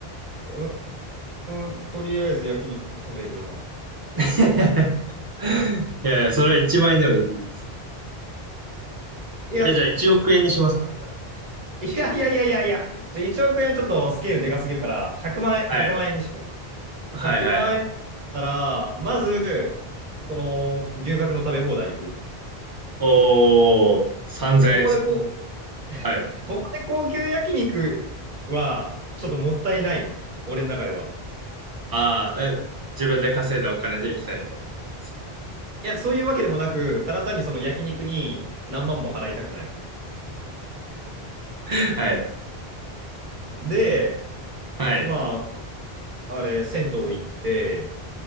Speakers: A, on the right; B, on the right.
A: うーん、とりあえず焼肉食べるな。
B: <laughs> いやいや、それは1万円ではできるじゃないですか。
A: いや、
B: え、じゃあ1億円にしますかじゃあ。
A: いやいやいやいやいや、ちょ、1億円ちょっとスケールでかすぎるから、100万円、
B: はい。
A: 1万円にしようか。
B: はいはいはい。
A: 100万円だったら、まず、その、牛角の食べ放題行く。い
B: おー、3000円ですよ。
A: や、ここでこ
B: はい。
A: う、ここで高級焼肉は、ちょっともったいない。俺の中では。
B: ああ、え、自分で稼いだお金で行きたいみたいな感じですか。
A: いや、そういうわけでもなく、ただ単にその焼肉に何万も払いたくない。
B: <laughs> はい。
A: で、
B: はい。
A: まあ、あれ、銭湯行って、